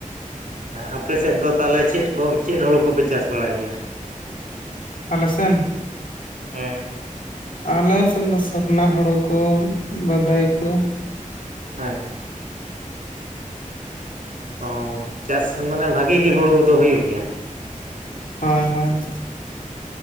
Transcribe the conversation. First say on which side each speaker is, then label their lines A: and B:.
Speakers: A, on the right; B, on the left.
A: ᱟᱯᱮ ᱥᱮᱫ ᱫᱚ ᱛᱟᱦᱚᱞᱮ ᱪᱮᱫ ᱠᱚ ᱪᱮᱫ ᱦᱳᱲᱳ ᱠᱚᱯᱮ ᱪᱟᱥ ᱵᱟᱲᱟᱭ ᱜᱮᱭᱟ? <unintelligible>
B: ᱟᱞᱮ ᱥᱮᱱ
A: ᱦᱮᱸ,
B: ᱟᱞᱮ ᱥᱮᱱ ᱫᱚ ᱥᱚᱨᱱᱟ ᱦᱚᱲᱩᱲᱩ ᱠᱚ ᱵᱟᱫᱟᱭ ᱠᱚ
A: ᱟᱪᱷᱟ᱾ ᱚ ᱪᱟᱥ ᱢᱟᱱᱮ ᱵᱷᱟᱜᱤ ᱜᱮ ᱦᱩᱲᱩ ᱫᱚ ᱦᱩᱭᱩᱜ ᱜᱮᱭᱟ?
B: ᱦᱳᱭ ᱦᱳᱭ᱾